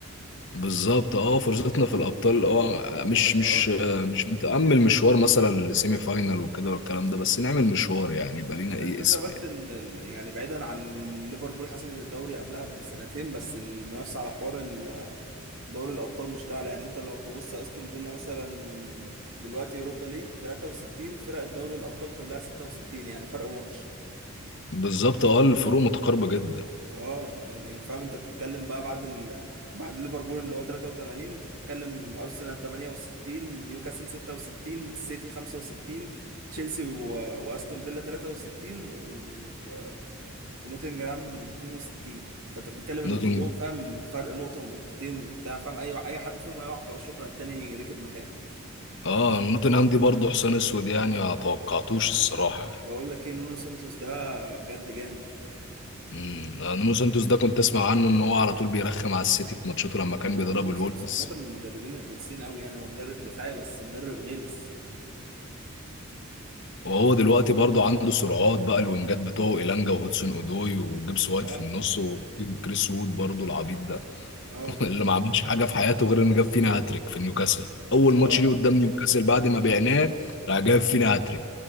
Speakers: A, on the left; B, on the right.
A: بالظبط اه فرصتنا في الابطال اه مش
B: بقت خلاص
A: مش آه، مش متامل مشوار مثلا لسيمي فاينال وكده والكلام ده بس نعمل مشوار يعني يبقى لينا ايه
B: الفكره
A: اسم
B: بس
A: يعني
B: ان إن يعني بعيدا عن ليفربول حسمت الدوري قبلها بسنتين بس المنافسه على حوار ال- دوري الابطال مشتعله يعني انت لو تبص استون فيلا مثلا دلوقتي اوروبا ليج 63 فرق الدوري الابطال كلها 66 يعني فرق ماتش
A: بالظبط اه الفروق متقاربه جدا
B: اه يعني فاهم انت بتتكلم بقى بعد ال... بعد ليفربول اللي هو 83 انت بتتكلم ارسنال 68 نيوكاسل 66 سيتي 65 تشيلسي و... واستون فيلا 63 و... و... ونوتنجهام 62 فانت بتتكلم ان
A: نوتنج
B: كلهم فاهم فرق نقطة ونقطتين وبتاع فاهم اي اي حد فيهم هيقع خلاص شكرا التاني ركب مكانه
A: اه نوتنهام دي برضه حسين اسود يعني ما توقعتوش الصراحه
B: واقول لك ايه نونو سانتوس ده بجد جامد
A: امم آه، نونو سانتوس ده كنت اسمع عنه ان هو على طول بيرخم على السيتي في ماتشاته لما كان
B: هو
A: بيدرب
B: نونو
A: الولفز
B: سانتوس عامة من المدربين الغلسين قوي يعني هو مدرب دفاعي بس مدرب غلس
A: وهو دلوقتي برضه عنده سرعات بقى الوينجات بتوعه إيلانجا وهودسون اودوي وجيبس وايت
B: اه
A: في النص وكريس وود برضه العبيط ده
B: اه
A: <laughs> اللي ما عملش حاجه في حياته غير انه جاب فينا هاتريك في نيوكاسل اول
B: اه
A: ماتش ليه قدام نيوكاسل بعد ما بعناه راح جاب فينا هاتريك